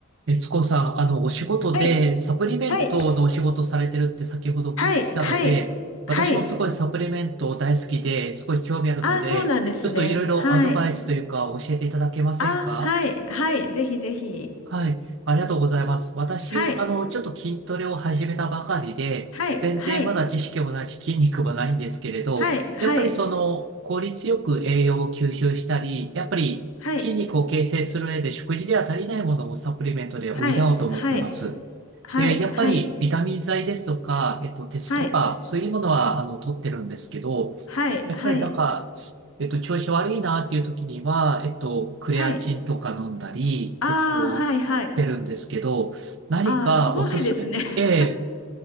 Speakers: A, on the right; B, on the left.
A: 悦子さん、あの、お仕事でサプリメントのお仕事されてるって先ほどお聞きしたので、
B: はい、はい。はい、はい、
A: 私もすごいサプリメント大好きで、
B: はい。
A: すごい興味あるので、
B: ああ、そうなんですね。
A: ちょっといろいろアドバイスというか教えていただけませんか
B: はい。あ、はい、はい。ぜひぜひ。
A: はい、ありがとうございます。私、
B: はい、
A: あの、ちょっと筋トレを始めたばかりで、
B: はい、
A: 全然まだ知識もないし、
B: はい、
A: 筋肉もないんですけれど、
B: はい、はい、
A: やっぱりその、効率よく栄養を吸収したり、やっぱり筋肉を形成する上で食事では足りないものをサプリメントで補おうと思ってます。
B: はい、はい、はい、はい、
A: で、やっぱりビタミン剤ですとか、えっと、鉄とか、
B: はい、はい、
A: そういうものは、あの、取ってるんですけど、
B: はい、
A: やっぱりなんか、
B: はい、
A: えっと、調子悪いなっていう時には、えっと、クレアチンとか飲んだり、
B: はい。ああはい、
A: えっと、
B: はい。
A: してるんですけど、何かおすすめ、
B: ああすごいですね。<laughs>
A: ええ